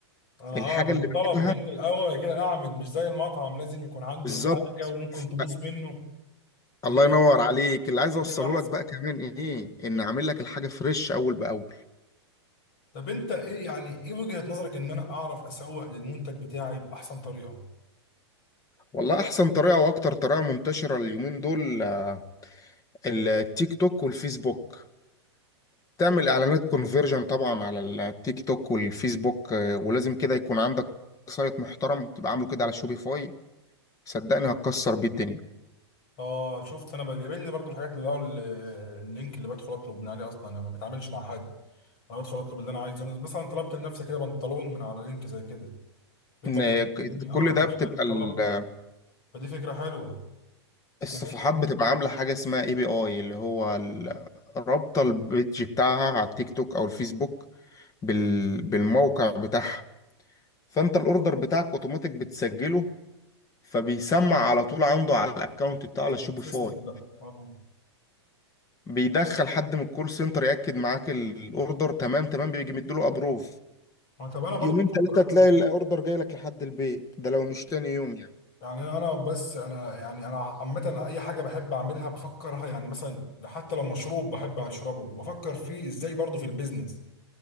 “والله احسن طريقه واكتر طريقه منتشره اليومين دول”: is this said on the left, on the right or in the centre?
Left